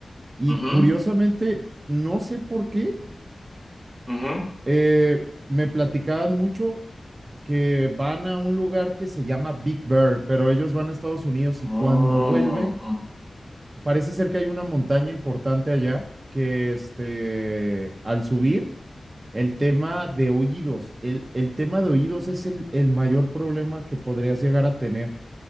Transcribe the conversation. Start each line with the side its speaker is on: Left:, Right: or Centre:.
Right: y
Centre: ujú,
Right: curiosamente, no sé por qué
Centre: ujú.
Right: Eh, me platicaban mucho que van a un lugar que se llama Big Bear, pero ellos van a Estados Unidos y
Centre: Ujú,
Right: cuando vuelven, parece ser que hay una montaña importante allá que este, al subir, el tema de oídos, el, el tema de oídos es el, el mayor problema que podrías llegar a tener.